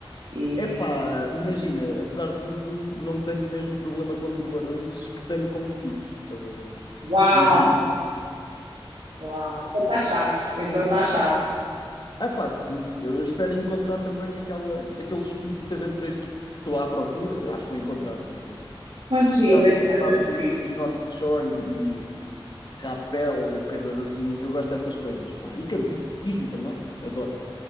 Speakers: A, on the right (about 80°); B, on the left (about 50°).
A: E
B: Epá, imagina, apesar de tudo, não tenho o mesmo problema com tubarões que tenho com mosquitos, estás a ver?
A: uau,
B: Mas sim.
A: uau, então está chave, então está chave.
B: Ah, pá, sim. Eu, eu espero encontrar também aquela, aquele espírito aventureiro que que estou à procura. Eu acho que vou encontrar, quer dizer.
A: Quantos dias
B: Estás
A: é
B: a
A: que tu
B: falar
A: vais a
B: de
A: seguir?
B: North Shore e, e rapel e coisas assim. Eu gosto dessas coisas, pá. E campismo também. Adoro.